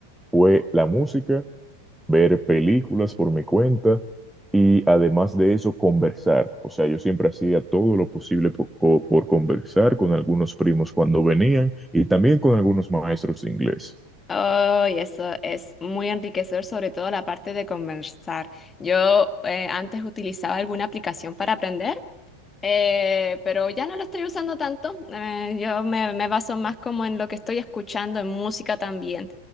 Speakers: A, in the centre; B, on the left.
A: fue la música, ver películas por mi cuenta y además de eso conversar. O sea, yo siempre hacía todo lo posible por, co- por conversar con algunos primos cuando venían y también con algunos maestros de inglés.
B: Oh, y eso es muy enriquecedor, sobre todo la parte de conversar. Yo eh, antes utilizaba alguna aplicación para aprender Eh, pero ya no lo estoy usando tanto. eh, yo me, me baso más como en lo que estoy escuchando, en música también.